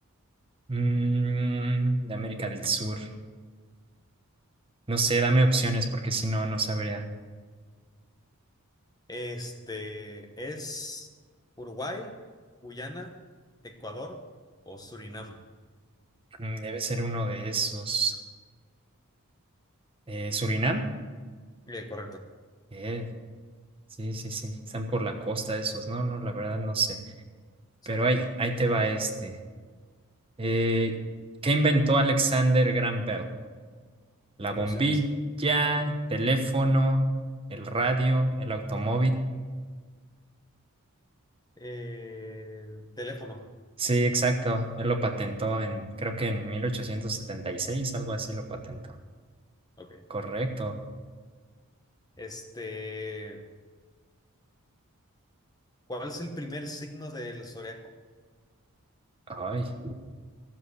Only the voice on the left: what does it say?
Este es Uruguay, Guyana, Ecuador o Surinam.
Eh, correcto.
Sí,
opciones.
Eh, el teléfono.
Ok.
Este, ¿cuál es el primer signo del zodiaco?